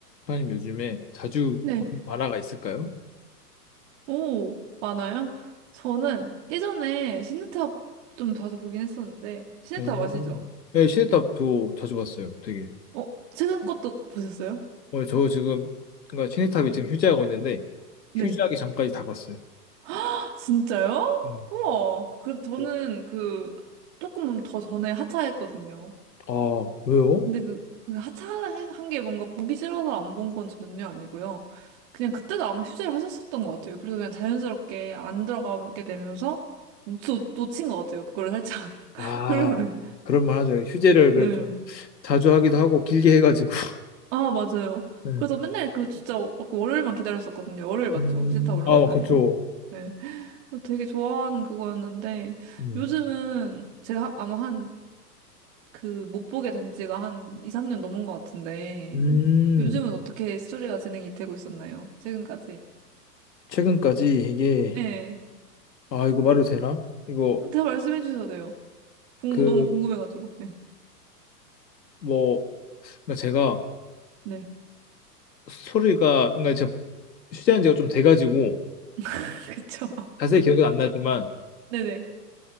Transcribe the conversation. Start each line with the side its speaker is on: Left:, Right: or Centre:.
Left: 사장님 요즘에 자주
Right: 네.
Left: 보는 만화가 있을까요?
Right: 오, 많아요? 저는 예전에 시네탑 좀 자주 보긴 했었는데, 시네탑
Left: 오.
Right: 아시죠?
Left: 네, 시네탑 저 자주 봤어요. 되게.
Right: 어, 최근 것도 보셨어요?
Left: 오늘 저 지금 그러니까 시네탑이 지금 휴지하고 있는데
Right: 네.
Left: 휴지하기 전까지 다 봤어요.
Right: 아, 진짜요?
Left: 음.
Right: 우와. 그, 저는
Left: 네.
Right: 그, 조금 더 전에 하차했거든요.
Left: 아 왜요?
Right: 근데 그, 그 하차한 게 뭔가 보기 싫어서 안 본 건 전혀 아니고요. 그냥 그때도 아마 휴재를 하셨었던 것 같아요. 그래서 그냥 자연스럽게 안 들어가게 되면서 놓- 놓친 것 같아요. 그걸 살짝 <laughs>
Left: 아
Right: 흐름을.
Left: 그런 말 하죠. 휴재를
Right: 네.
Left: 그래도 자주 하기도 하고 길게 해가지고. <laughs>
Right: 아, 맞아요.
Left: 네.
Right: 그래서 맨날 그 진짜 어- 그 월요일만 기다렸었거든요. 월요일 맞죠?
Left: 음.
Right: 시타 올라오는
Left: 아
Right: 날이.
Left: 그쵸.
Right: 네. 그래서 되게 좋아하는 그거였는데
Left: 음.
Right: 요즘은 제가 하- 아마 한 그 못 보게 된 지가 한 2, 3년 넘은 것 같은데
Left: 음.
Right: 요즘은 어떻게 스토리가 진행이 되고 있었나요? 최근까지.
Left: 최근까지 이게
Right: 네.
Left: 아 이거 말해도 되나? 이거
Right: 다 말씀해 주셔도 돼요. 궁금,
Left: 그
Right: 너무 궁금해가지고. 네.
Left: 뭐 그러니까 제가
Right: 네.
Left: 소리가 그러니까 제가 휴대한 지가 좀 돼가지고
Right: <laughs> 그쵸.
Left: 자세히 기억은 안 나지만
Right: 네네.